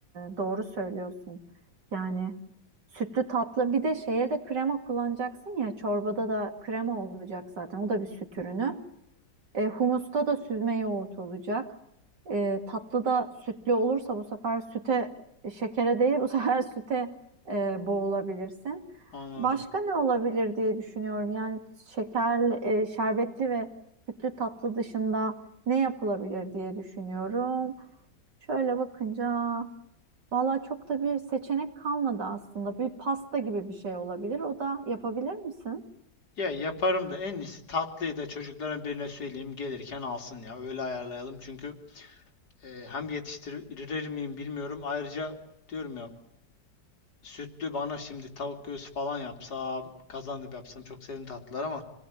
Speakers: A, on the right; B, on the left.
A: doğru söylüyorsun. Yani sütlü tatlı bir de şeye de krema kullanacaksın ya çorbada da krema olacak zaten o da bir süt ürünü. E, humusta da süzme yoğurt olacak. E, tatlıda sütlü olursa bu sefer süte şekere değil bu sefer <laughs> süte e, boğulabilirsin.
B: Anladım.
A: Başka ne olabilir diye düşünüyorum. Yani şekerli, e, şerbetli ve sütlü tatlı dışında ne yapılabilir diye düşünüyorum. Şöyle bakınca valla çok da bir seçenek kalmadı aslında. Bir pasta gibi bir şey olabilir. O da yapabilir misin?
B: Ya yaparım da en iyisi tatlıyı da çocukların birine söyleyeyim gelirken alsın ya öyle ayarlayalım çünkü e, hem yetiştirir miyim bilmiyorum ayrıca diyorum ya sütlü bana şimdi tavuk göğsü falan yapsam kazandıp yapsam çok sevimli tatlılar ama